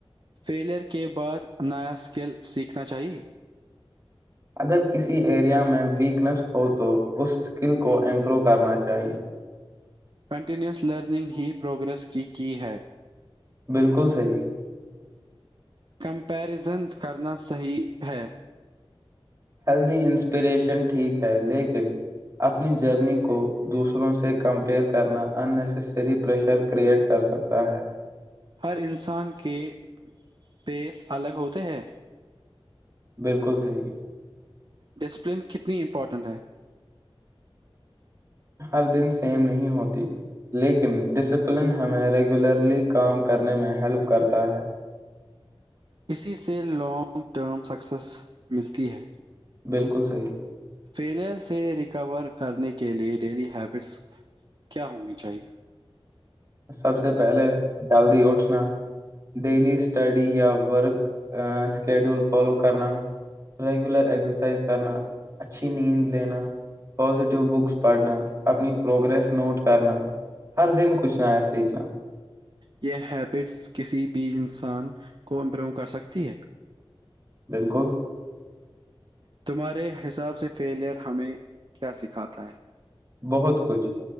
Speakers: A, on the right; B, on the right.
A: فیلئر کے بعد نیا اسکل سیکھنا چاہیے
B: اگر کسی ایریا میں ویکنیس ہو تو اس اسکل کو امپروو کرنا چاہیے
A: کنٹینیوس لرننگ ہی پروگرریس کی کی ہے
B: بالکل صحیح
A: کمپیرزن کرنا صحیح ہے
B: ہلدی انسپریشن ٹھیک ہے لیکن اپنی جرنی کو دوسروں سے کمپیئر کرنا اننیسیسری پریشر کریئٹ کر سکتا ہے
A: ہر انسان کے پیس الگ ہوتے ہیں
B: بالکل صحیح
A: ڈسپلن کتنی امپورٹنٹ ہے
B: ہر دن سیم نہیں ہوتی لیکن ڈسپلن ہمیں ریگولرلی کام کرنے میں ہیلپ کرتا ہے
A: اسی سے لانگ ٹرم سکسیس ملتی ہے
B: بالکل صحیح
A: فیلیئر سے ریکور کرنے کے لیے ڈیلی ہیبٹس کیا ہونی چاہیے
B: سب سے پہلے جلدی اٹھنا ڈیلی اسٹڈی یا ورک شکیڈیول فالو کرنا ریگولر ایکسرسائز کرنا اچھی نیند لینا پزیٹو بکس پڑھنا اپنی پروگرریس نوٹ کرنا ہر دن کچھنا سیکھنا
A: یہ ہیبٹس کسی بھی انسان کو امپروو کر سکتی ہے
B: بالکل
A: تمہارے حساب سے فیلیئر ہمیں کیا سکھاتا ہے
B: بہت کچھ